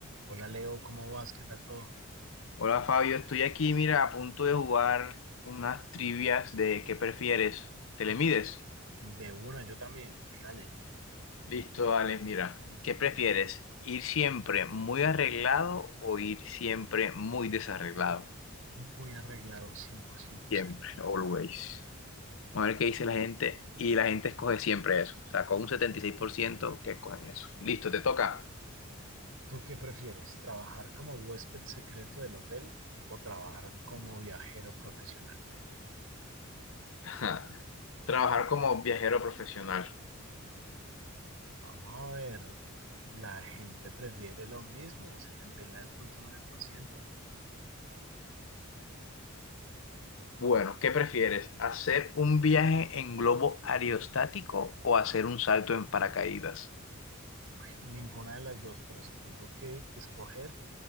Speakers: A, on the right (about 70°); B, on the left (about 65°).
A: Hola Leo, ¿cómo vas? ¿Qué tal todo?
B: Hola Fabio, estoy aquí, mira, a punto de jugar unas trivias de ¿qué prefieres? ¿Te le mides?
A: De una, yo también. Dale,
B: Listo, Alex, mira, ¿qué prefieres? ¿Ir siempre muy arreglado o ir siempre muy desarreglado?
A: muy arreglado 100%
B: Siempre,
A: siempre.
B: always. A ver qué dice la gente y la gente escoge siempre eso. O sea, con un 76% que escogen eso. Listo, te toca.
A: ¿Tú qué prefieres? ¿Trabajar como huésped secreto del hotel o trabajar como viajero profesional?
B: <laughs> Trabajar como viajero profesional.
A: Vamos a ver, la gente prefiere lo mismo, setenta y nueve nueve punto nueve por ciento.
B: Bueno, ¿qué prefieres? ¿Hacer un viaje en globo aerostático o hacer un salto en paracaídas?
A: Ninguna de las dos, pero si tengo que escoger